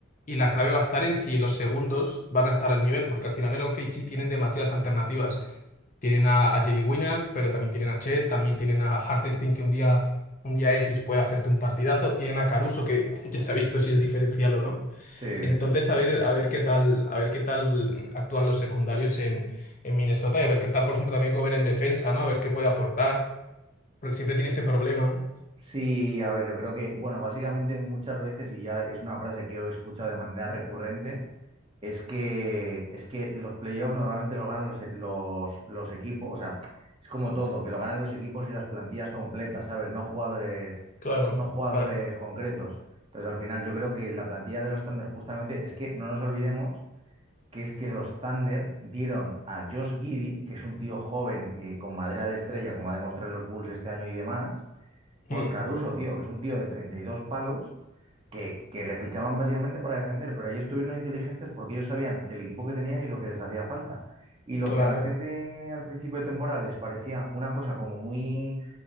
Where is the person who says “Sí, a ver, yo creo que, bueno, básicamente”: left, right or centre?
Right